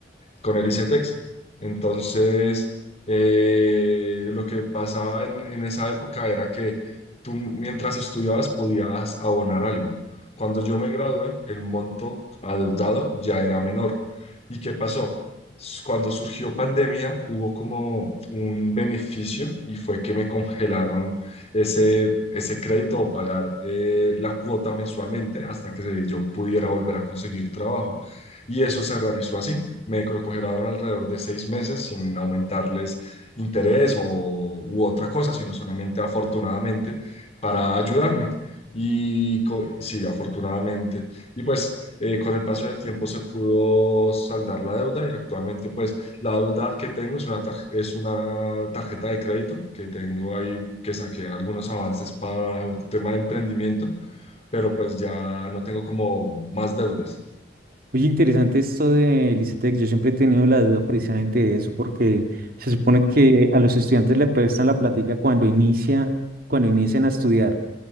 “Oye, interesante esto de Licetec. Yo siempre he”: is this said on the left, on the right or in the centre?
Right